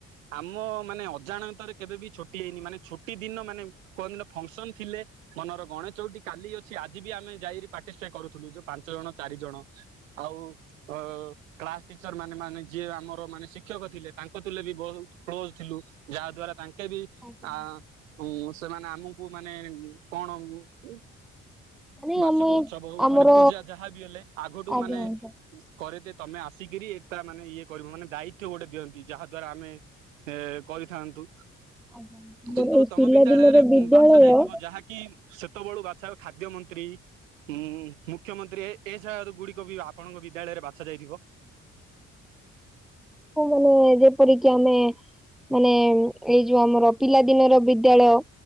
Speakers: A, on the right; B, in the centre.
A: ଆମ ମାନେ ଅଜାଣତରେ କେବେ ବି ଛୋଟି ହେଇନି ମାନେ ଛୁଟି ଦିନ ମାନେ କଉଦିନ ଫଙ୍କସନ ଥିଲେ। ମନର ଗଣେ ଚଉଟି କାଲି ଅଛି ଆଜି ବି ଆମେ ଯାଇକି ପାର୍ଟିସିପେଟ କରୁଥିଲୁ ଯୋଉ ପାଞ୍ଚ ଜଣ ଚାରି ଜଣ। ଆଉ ଅ କ୍ଲାସ ଟିଚର ମାନେ ମାନେ ଯିଏ ଆମର ମାନେ ଶି ଶିକ୍ଷକ ଥିଲେ ତାଙ୍କ ଥିଲେ ବି ବହୁତ କ୍ଲୋଜ ଥିଲୁ, ଯାହା ଦ୍ଵାରା ତାଙ୍କେ ବି
B: ଆଜ୍ଞା
A: ଆ କୁ ସେମାନେ ଆମକୁ ମାନେ କଣ ଉଁ
B: ମାନେ
A: ବାର୍ଷିକ
B: ଆମେ
A: ଉତ୍ସବ ହଉ
B: ଆମର
A: ମାନେ ପୂଜା ଯାହାବି ହେଲେ ଆଗଠୁ
B: ଆଜ୍ଞା
A: ମାନେ
B: ଆଜ୍ଞା।
A: କରେଇତେ ତମେ ଆସିକିରି ଏକା ମାନେ ଇଏ କରିବ ମାନେ ଦାୟି ତ୍ୱ ଗୋଟେ ଦିଅନ୍ତି ଯାହା ଦ୍ଵାରା ଆମେ ଏ କରିଥାନ୍ତୁ।
B: ଆଜ୍ଞା ଆମର
A: କିନ୍ତୁ
B: ଏଇ
A: ତମ
B: ପିଲା
A: ବିଦ୍ୟାଳୟରେ
B: ଦିନର ବିଦ୍ୟାଳୟ
A: ବାଛା ଯାଇଥିବ ଯାହାକି କି ସେତେବେଳୁ ବାଛା ହୁଏ ଖାଦ୍ୟ ମନ୍ତ୍ରୀ। ଉଁ ମୁଖ୍ୟମନ୍ତ୍ରୀ ଏ ଏ ଜାଗା ଗୁଡିକ ବି ଆପଣଙ୍କ ବିଦ୍ୟାଳୟରେ ବାଛା ଯାଇଥିବ।
B: କୋଉମାନେ ଯେପରିକି ଆମେ ମାନେ ଏଇ ଯୋଉ ଆମର ପିଲାଦିନର ବିଦ୍ୟାଳୟ